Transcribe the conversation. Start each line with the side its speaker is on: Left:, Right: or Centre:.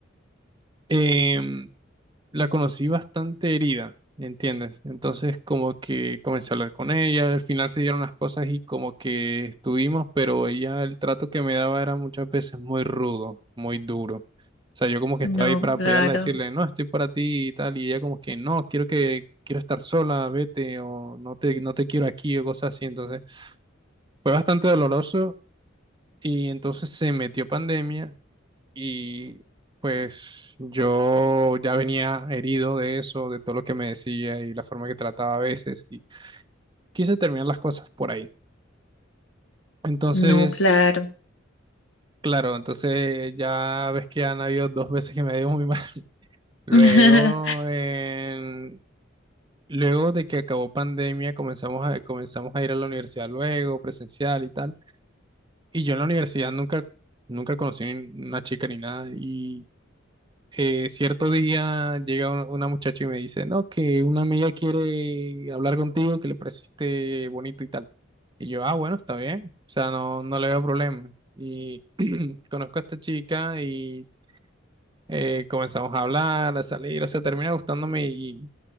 Right: em, la conocí bastante herida, ¿entiendes? Entonces como que comencé a hablar con ella, al final se dieron las cosas y como que estuvimos, pero ella el trato que me daba era muchas veces muy rudo, muy duro. O sea, yo como que
Left: No,
Right: estaba ahí para apoyarla,
Left: claro.
Right: decirle, no, estoy para ti y tal, y ella como que, no, quiero que, quiero estar sola, vete, o no te, no te quiero aquí, o cosas así. Entonces fue bastante doloroso y entonces se metió pandemia y pues yo ya venía herido de eso, de todo lo que me decía y la forma que trataba a veces, y quise terminar las cosas por ahí. Entonces,
Left: No, claro.
Right: claro, entonces ya ves que han habido dos veces que me ha ido muy mal. <laughs> Luego,
Left: <laughs>
Right: en- luego de que acabó pandemia, comenzamos a, comenzamos a ir a la universidad luego, presencial y tal. Y yo en la universidad nunca, nunca conocí ni una chica ni nada, y eh, cierto día llega un- una muchacha y me dice, no, que una amiga quiere hablar contigo, que le pareciste bonito y tal. Y yo, ah, bueno, está bien. O sea, no, no le veo problema. Y <clears throat> conozco a esta chica y eh, comenzamos a hablar, a salir, o sea, termina gustándome y,